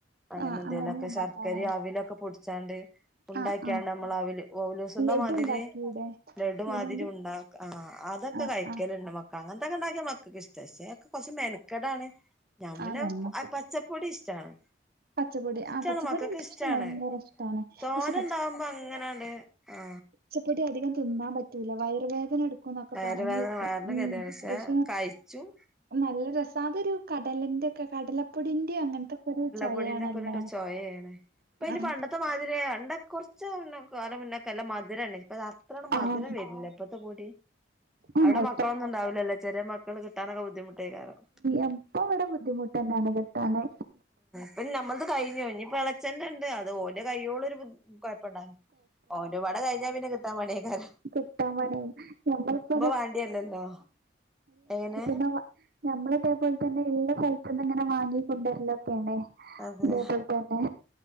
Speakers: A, in the centre; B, on the right (about 55°).
A: അങ്ങനെ
B: ആഹ്
A: എന്തേലും ഒക്കെ
B: ഉണ്ടാക്കാലേ
A: ശർക്കര അവിലൊക്കെ പൊടിച്ചാണ്ട് ഉണ്ടാക്കിയാണ്
B: ആഹ് ആഹ്
A: നമ്മൾ അവൽ അവലൂസുണ്ട
B: ലഡു
A: മാതിരി.,
B: ഉണ്ടാക്കിയൂടെ
A: ബ്രഡ്
B: അയിനോണ്ട്
A: മാതിരി ഉണ്ടാക്കി ആ അതൊ
B: ആഹ്
A: കഴിക്കലുണ്ട്.
B: ആഹ്
A: മക്ക അങ്ങനത്തൊക്കെ ഉണ്ടാക്കിയ മക്കക്ക് ഇഷ്ടാ കൊറച്ച് മെനക്കടാണ്. ഞാൻ പിന്നെ
B: ആഹ് നമ്മക്ക്
A: പച്ചപ്പൊടി ഇഷ്ടാണ്
B: പച്ചപ്പൊടി
A: ഇഷ്ടാണ്
B: ആഹ് പച്ചപ്പൊടി
A: മക്കൾക്ക്
B: എനിക്കിഷ്ട
A: ഇഷ്ടാണ്.
B: ഭയങ്കര ഇഷ്ടാണ്
A: തോന
B: പക്ഷെ
A: ഉണ്ടാവുമ്പോ അങ്ങനെയാണ് ആ
B: പച്ചപൊടി അധികം തിന്നാൻ പറ്റൂല്ല വയറുവേദന എടുക്കും. ഒക്കെ
A: വയറ്
B: പറഞ്ഞേക്കും.
A: വേദന വയറിന്
B: ഉം
A: ഗതിയാണ്
B: പക്ഷെ
A: കഴിച്ചും
B: നല്ല രസ അതൊരു കടലിന്റെ ഒക്കെ കടലപ്പൊടിന്റെ അങ്ങനത്തൊക്കെ ഒരു ചൊവയാണല്ലോ
A: പൊടീന്റെക്കെ ചൊയയാണ്. ഇപ്പൊ ഇനി
B: ആഹ്
A: പണ്ടത്തെ മാതിരിയല്ല കുറച്ച് കാലം മുന്നൊക്കെ നല്ല മധുരം അല്ലേ. ഇപ്പ അത്രക്
B: ആഹ്
A: മധുരം വരുന്നില്ല ഇപ്പഴത്തെ പൊടി
B: ആഹ്
A: അവ്ടെ മക്കളൊന്നും
B: ഇപ്പ
A: ഉണ്ടാവ്ല്ലല്ലോ. ചെറിയ മക്കൾ കിട്ടാനൊക്കെ ബുദ്ധിമുട്ടയ്ക്കാരം
B: എപ്പം ഇവടെ ബുദ്ധിമുട്ട ന്നേണ് കിട്ടാന്.
A: ഇപ്പം നമ്മൾത് കഴിഞ്ഞു. ഇനിപ്പ എളച്ചന്റെണ്ട്. അത് ഓന്റെ കയ്യോളം ഒരു ബു കൊയ്പ്പണ്ടാ ഓൻ്റെ പാടെ കഴിഞ്ഞാ പിന്നെ കിട്ടാൻ പണിയയ്ക്കാരം
B: കിട്ടാ പണിയാ നമ്മള്പ്പ
A: വാണ്ടിയല്ലല്ലോ എങ്ങനെ
B: <unintelligible> നമ്മള് ഇതേ പോൽ തന്നെ ഇള്ള സെൽത്ത് ന്ന് ങ്ങനെ വാങ്ങി കുണ്ടേര്ലൊക്കേണ്
A: അതെ
B: ഇതേപോൽ തന്നെ